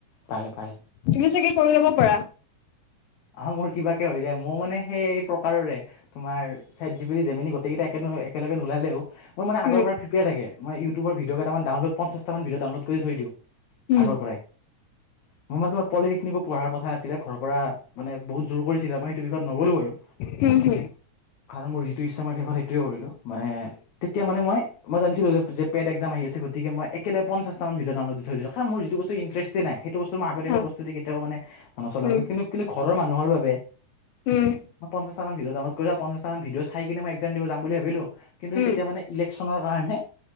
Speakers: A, on the left; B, on the left.
A: পাৰে পাৰে।
B: তুমি চাগে কৰি ল'ব পাৰা।
A: অ' মোৰ কিবাকে হৈ যায় মই মানে সেই এই প্ৰকাৰৰে। তোমাৰ চেটজিপিটি জেমিনি গোটেইকেইটা একেল একেলগে নোলালেও। মই মানে আগৰ
B: উম
A: পৰা প্ৰিপেয়াৰ থাকেই ইউটিউবৰ ভিডিঅ' কেটামান ডাউনলোড পঞ্চাছটা মান ভিডিঅ' ডাউনলোড কৰি থৈ দিওঁ।
B: উম
A: আগৰ পৰাই। মই মানে তোমাৰ পলিটেকনিকো পঢ়াৰ কথা আছিলে ঘৰৰ পৰা মানে বহুত জোৰ কৰিছিলে মই সেইটো বিষয়ত নগ'লো বাৰু।
B: হুম, হুম।
A: কাৰণ মোৰ যিটো ইচ্ছা মই শেষত সেইটোৱে কৰিলোঁ মানে তে <unintelligible> মানে মই জানছিলোঁ যে পেড এক্সাম আহি আছে গতিকে মই একেলগে পঞ্চাশটা মান ভিডিঅ' ডাউনলোড দি থৈছিলোঁ কাৰণ মোৰ যিটো বস্তু ইনট্ৰেষ্ট নাই সেইটো বস্তু মই আগতীয়াকৈ
B: হুম অ
A: প্ৰস্তুতি কেতিয়াও মানে নচলাও
B: উম
A: কিন্তু কিন্তু ঘৰৰ মানুহৰ বাবে
B: উম
A: মই পঞ্চাশটা মান ভিডিঅ' ডাউনলোড কৰি পঞ্চাশটা মান ভিডিঅ' চাই কিনে মই এক্সাম দিব যাম বুলি ভাবিলোঁ। কিন্তু
B: উম।
A: তেতিয়া মানে ইলেকশ্যনৰ কাৰণে